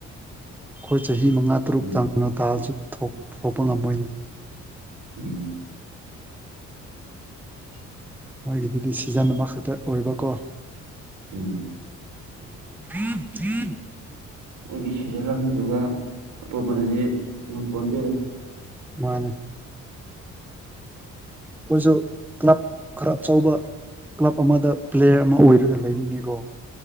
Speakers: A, in the centre; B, on the right.
A: ꯈꯣꯏ ꯆꯍꯤ ꯃꯉꯥ ꯇꯔꯨꯛ
B: ꯑꯗꯨꯅ
A: ꯆꯡꯉ ꯇꯥꯜꯂꯁꯨ ꯊꯣꯛꯄ ꯊꫭꯛꯄ ꯉꯝꯃꯣꯏꯅꯦ
B: ꯎꯝ
A: ꯃꯣꯏꯒꯤꯗꯨꯗꯤ ꯁꯤꯖꯟ ꯑꯃꯈꯛꯇ ꯑꯣꯏꯕꯀꯣ
B: ꯎꯝ
A: <inaudible>
B: ꯃꯣꯏꯒꯤ ꯁꯤꯖꯟ ꯑꯃꯗꯨꯒ ꯑꯇꯣꯞꯄꯅꯗꯤ ꯉꯝꯄꯣꯟꯇꯦꯗ
A: ꯃꯥꯅꯦ ꯈꯣꯏꯁꯨ ꯀ꯭ꯂꯕ ꯈꯔ ꯑꯆꯧꯕ ꯀ꯭ꯂꯕ ꯑꯃꯗ ꯄ꯭ꯂꯦꯌꯔ ꯑꯃ ꯑꯣꯏꯔꯒ ꯂꯩꯅꯤꯡꯉꯤꯀꯣ